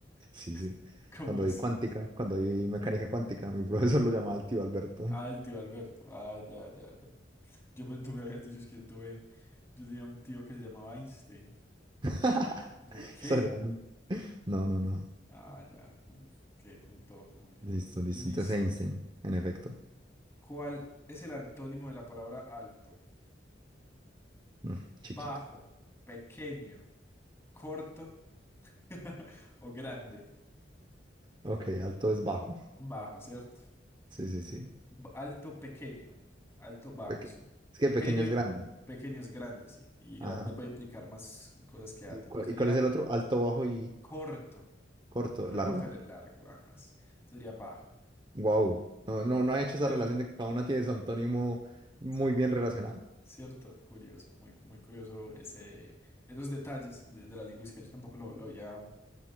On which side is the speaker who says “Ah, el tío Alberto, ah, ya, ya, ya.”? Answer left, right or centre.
Left